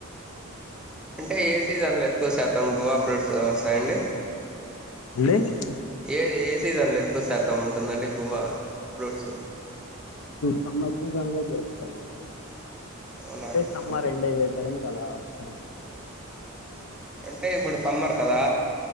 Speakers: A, in the centre; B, on the left (about 70°).
A: అంటే ఏ సీజన్లో ఎక్కువ శాతం గువా ఫ్రూట్స్ వస్తాయండి
B: ఏందీ
A: ఏ ఏ సీజన్లో ఎక్కువ శాతం ఉంటుందండి గువా ఫ్రూట్స్
B: సమ్మర్ సీజన్లో దొరుకుతాయండి
A: అవునా
B: అంటే
A: అండి
B: సమ్మర్ ఎండ్ అయ్యే టైం కి అలా స
A: అంటే ఇప్పుడు సమ్మర్ కదా